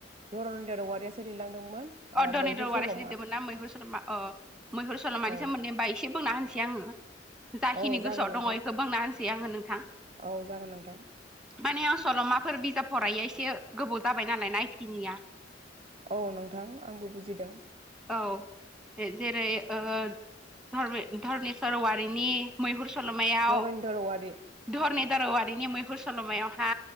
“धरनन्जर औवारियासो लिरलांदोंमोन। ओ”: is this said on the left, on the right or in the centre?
Right